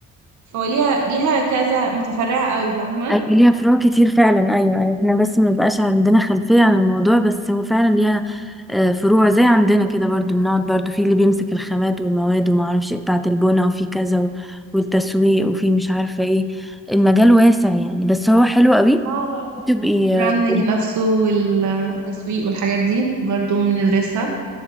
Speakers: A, on the right (about 70°); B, in the centre.
A: فليها ليها كذا متفرعة قوي فاهمة
B: أيوة ليها فروع كتير فعلا أيوة أيوة احنا بس ما بيبقاش عندنا خلفية عن الموضوع بس هو فعلا ليها آه، فروع زي عندنا كده برضو بنقعد برضو في اللي بيمسك الخامات والمواد وما اعرفش ايه بتاعة البنا وفي كذا و- والتسويق وفي مش عارفة ايه المجال واسع يعني بس هو حلو قوي
A: اه بقى
B: تبقي
A: البراندنج
B: اه
A: نفسه والتسويق والحاجات دي برضو بندرسها